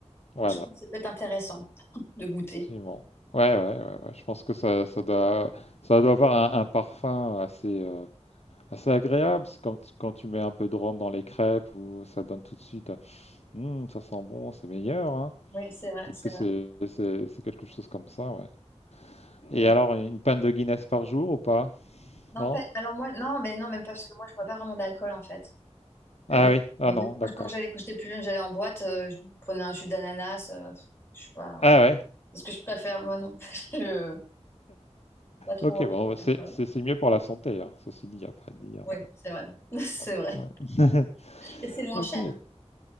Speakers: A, on the left (about 65°); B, on the left (about 20°).
A: Voilà,
B: pense que ça peut être intéressant <laughs> de goûter.
A: absolument. Ouais, ouais, ouais, ouais, je pense que ça ça doit ça doit avoir un un parfum assez, heu C'est agréable, c'est quand, tu- quand tu mets un peu de rhum dans les crêpes ou ça donne tout de suite, Hum, ça sent bon, c'est meilleur, hein.
B: Oui, c'est vrai,
A: Peut-être
B: c'est
A: que c'est
B: vrai.
A: c'est- c'est quelque chose comme ça, ouais. Et
B: Oui.
A: alors, une pinte de Guinness par jour ou pas?
B: Non,
A: Non?
B: pas- alors moi, non, mais non, même pas, parce que moi, je bois pas vraiment d'alcool, en fait. Euh,
A: Ah
B: Même,
A: oui, ah
B: euh,
A: non,
B: même
A: d'accord.
B: quand quand j'allais, quand j'étais plus jeune, j'allais en boîte, euh, je prenais un jus d'ananas, euh, pff, je suis pas...
A: Ah ouais,
B: Est-ce que je préfère? Moi, non. <laughs> Je... Pas trop.
A: ok, bon, bah, c'est
B: Voilà.
A: c'est- c'est mieux pour la santé, hein. Ceci dit, il n'y a pas à dire.
B: Oui, c'est vrai. <laughs> C'est
A: Ouais.
B: vrai.
A: Ouais. <laughs>
B: Et c'est moins
A: Ok.
B: cher.